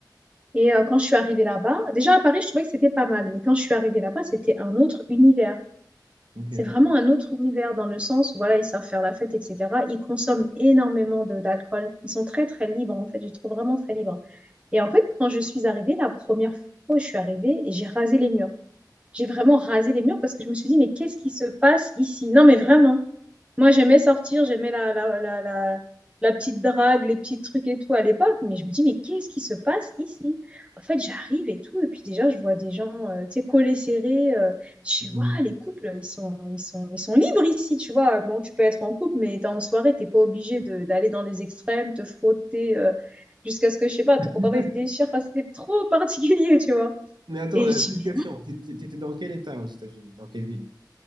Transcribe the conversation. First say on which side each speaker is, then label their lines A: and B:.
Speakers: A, on the right; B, on the right.
A: Et euh, quand je suis arrivée là-bas, déjà à Paris, je trouvais que c'était pas mal, mais quand je suis arrivée là-bas, c'était un autre univers.
B: Ok.
A: C'est vraiment un autre univers dans le sens où voilà, ils savent faire la fête, etc. Ils consomment énormément de d'alcool. Ils sont très très libres en fait. Je les trouve vraiment très libres. Et en fait, quand je suis arrivée la première fois, je suis arrivée et j'ai rasé les murs. J'ai vraiment rasé les murs parce que je me suis dit mais qu'est-ce qui se passe ici? Non mais vraiment. Moi, j'aimais sortir, j'aimais la, la, la, la, la petite drague, les petits trucs et tout à l'époque, mais je me dis, mais qu'est-ce qui se passe ici? En fait, j'arrive et tout, et puis déjà, je vois des gens, euh, tu sais, collés, serrés. euh, je
B: Mhm.
A: sais, waouh, les couples, ils sont, ils sont, ils sont libres ici, tu vois. Bon, tu peux être en couple, mais t'es en soirée, t'es pas obligé de- d'aller dans les extrêmes, te frotter euh, jusqu'à ce que, je sais pas, ton
B: <laughs>
A: pantalon il se déchire. Enfin, c'était trop <laughs> particulier, tu vois.
B: Mais attends,
A: Et
B: euh,
A: je
B: petite
A: dis, mais
B: question. T'é- t'é- T'étais dans quel état aux États-Unis? Dans quelle ville?